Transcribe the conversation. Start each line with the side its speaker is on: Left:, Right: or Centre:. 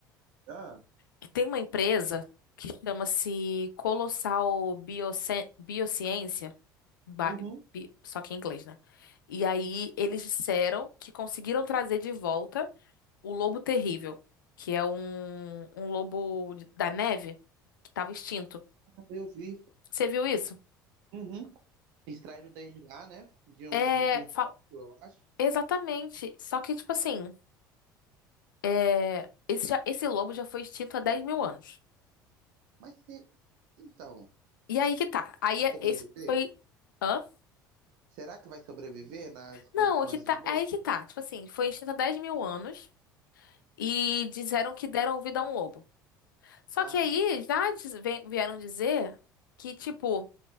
Right: Ah,
Left: que tem uma empresa que chama-se Colossal Biocien- Biociência, ba-
Right: uhum.
Left: bi- só que em inglês, né? E aí eles disseram que conseguiram trazer de volta O Lobo Terrível, que é um, um lobo de- da neve que tava extinto.
Right: Eu vi.
Left: Você viu isso?
Right: Uhum. Extraíram o DNA, né? De um,
Left: É,
Right: de um fóssil,
Left: fa-
Right: eu acho.
Left: exatamente. Só que, tipo assim, é, esse, já- esse lobo já foi extinto há 10 mil anos.
Right: Mas você. Então,
Left: E aí que tá. Aí
Right: vai
Left: é-
Right: sobreviver?
Left: esse foi. Hã?
Right: Será que vai sobreviver nas condições
Left: Não, o que tá,
Right: de hoje?
Left: é aí que tá. Tipo assim, foi extinto há 10 mil anos e disseram que deram vida a um lobo. Só
Right: Aham.
Left: que aí já diz- ve- vieram dizer que, tipo,